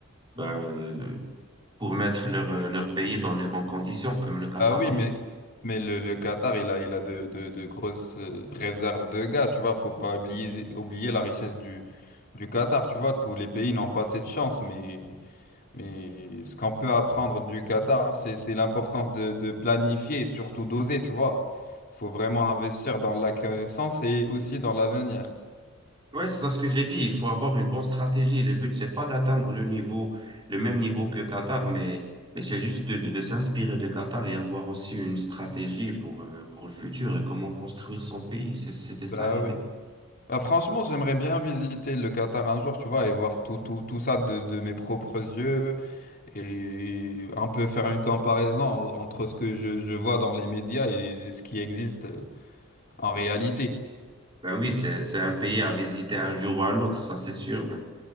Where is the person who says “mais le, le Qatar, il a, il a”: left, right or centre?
Left